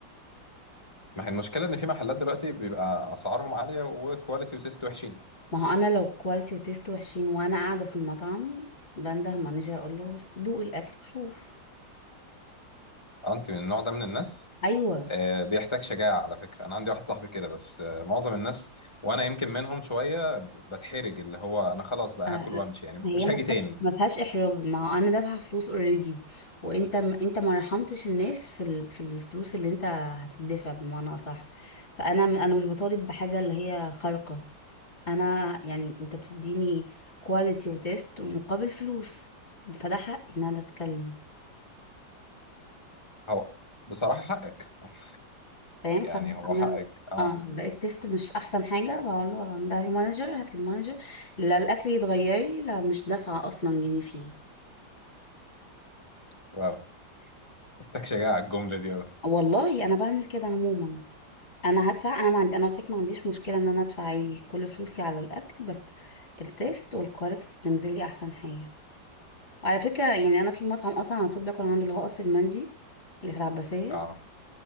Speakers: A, on the left; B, on the left.
A: ما هي المشكلة إن في محلات دلوقتي بيبقى أسعارهم عالية وكواليتي وتيست وحشين
B: ما هو انا لو كواليتي وتيست وحشين وانا قاعده في المطعم بنده مانجر اقول له "ش- دوق الاكل وشوف
A: أنت من النوع ده من الناس
B: ايوه
A: آه، بيحتاج شجاعة على فكرة أنا عندي واحد صاحبي كده بس آه، معظم الناس وأنا يمكن منهم شوية بتحرج اللي هو أنا خلاص بقى
B: آه،
A: هاكل وأمشي يعني
B: هي
A: مش
B: ما
A: هاجي تاني
B: فيهاش ما فيهاش احراج ما هو انا دافعه فلوس اوريدي وانت م- انت ما رحمتش الناس في ال... في الفلوس اللي انت هتدفع بمعنى اصح فانا م- انا مش بطالب بحاجه اللي هي خارقه انا يعني انت بتديني كواليتي وتيست مقابل فلوس فده حقي ان انا اتكلم
A: هو بصراحة حقك <laughs>
B: فاهم
A: يعني
B: فانا
A: هو حقك أه
B: اه لقيت تيست مش احسن حاجه بقول له ده لي مانجر هات لي المانجر لا الاكل يتغير لي لا مش دافعه اصلا جنيه فيه
A: واو محتاج شجاعة الجملة دي أوي
B: والله انا بعمل كده عموما انا هدفع انا ما عندي انا قلت لك ما عنديش مشكله ان انا ادفع عادي كل فلوسي على الاكل بس التيست والكواليتي تنزل لي احسن حاجه وعلى فكره يعني انا في مطعم اصلا على طول باكل عنده اللي هو قصر المندي اللي في العباسيه
A: أه